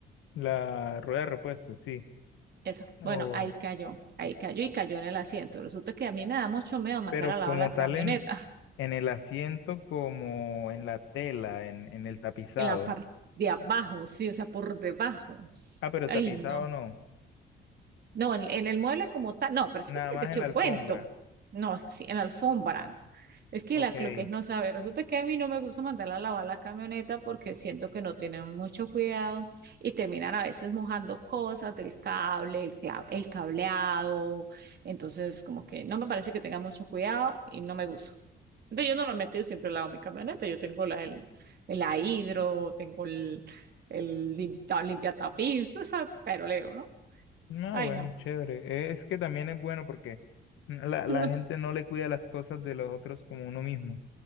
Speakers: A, on the left; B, on the right.
A: la rueda de repuesto, sí.
B: Eso.
A: o
B: Bueno, ahí cayó, ahí cayó y cayó en el asiento. Resulta que a mí me da mucho miedo mandar
A: pero
B: a
A: como
B: lavar la camioneta
A: tal en,
B: <laughs>
A: en el asiento, como en la tela, en, en el tapizado.
B: en la parte de abajo, sí, o sea, por debajo.
A: Ah, pero
B: Ay,
A: tapizado
B: no.
A: no,
B: No, en, en el mueble como tal, no, pero es
A: nada
B: que te,
A: más
B: te echo
A: en la alfombra.
B: cuento. No, sí, en la alfombra, Es que
A: Ok.
B: la, lo que es no saber, resulta que a mí no me gusta mandar a lavar la camioneta porque siento que no tienen mucho cuidado y terminan a veces mojando cosas del cable, el, cla- el cableado, entonces como que no me parece que tengan mucho cuidado y no me gusta. Entonces yo normalmente yo siempre lavo mi camioneta, yo tengo la, el, la hidro, tengo el, el limpiatapiz, todo ese perolero, ¿no?
A: No,
B: Ay,
A: bueno,
B: no.
A: chévere. Es que también es bueno porque la, la
B: <laughs>
A: gente no le cuida las cosas de los otros como uno mismo.